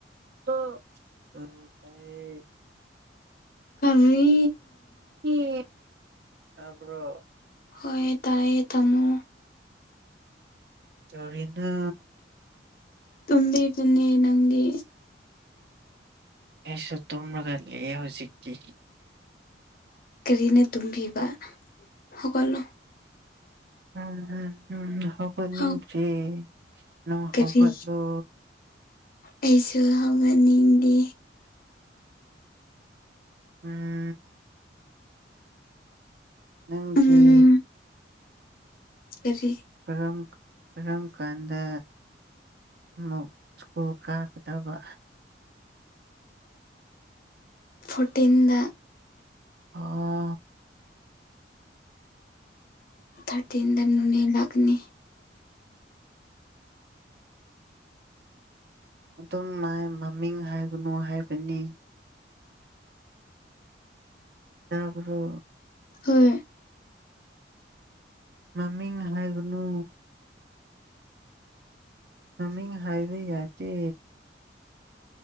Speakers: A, on the right; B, on the left.
A: ꯑꯣ ꯑ ꯇꯥꯏꯌꯦ
B: ꯀꯔꯤ
A: ꯑꯦ ꯇꯥꯕ꯭ꯔꯣ
B: ꯍꯣꯏ ꯇꯥꯏꯌꯦ ꯇꯝꯃꯣ
A: ꯇꯧꯔꯤꯅꯣ
B: ꯇꯨꯝꯃꯤꯕꯅꯦ ꯅꯪꯗꯤ
A: ꯑꯩꯁꯨ ꯇꯨꯝꯔꯒ ꯂꯩꯌꯦ ꯍꯧꯖꯤꯛꯇꯤ
B: ꯀꯔꯤꯅ ꯇꯨꯝꯕꯤꯕ ꯍꯧꯒꯠꯂꯣ
A: ꯎꯝ ꯎꯝ ꯎꯝ ꯍꯧꯒꯠꯅꯤꯡꯗ꯭ꯔꯦ
B: ꯍꯧ
A: ꯅꯪ
B: ꯀꯔꯤ
A: ꯍꯧꯒꯠꯂꯣ
B: ꯑꯩꯁꯨ ꯍꯧꯒꯠꯅꯤꯡꯗꯦ
A: ꯎꯝ ꯅꯪꯒꯤ
B: ꯎꯝ ꯀꯔꯤ
A: ꯀꯔꯝ ꯀꯔꯝ ꯀꯥꯟꯗ ꯃꯨꯛ ꯁ꯭ꯀꯨꯜ ꯀꯥꯒꯗꯕ
B: ꯐꯣꯔꯇꯤꯟꯗ
A: ꯑꯣ
B: ꯊꯥꯔꯇꯤꯟꯗ ꯅꯨꯃꯦ ꯂꯥꯛꯀꯅꯤ
A: ꯑꯗꯨꯝ ꯃ ꯃꯃꯤꯡ ꯍꯥꯏꯒꯅꯨ ꯍꯥꯏꯕꯅꯦ ꯇꯥꯕꯔꯣ
B: ꯍꯣꯏ
A: ꯅꯃꯤꯡ ꯍꯥꯏꯒꯅꯨ ꯅꯃꯤꯡ ꯍꯥꯏꯕ ꯌꯥꯗꯦ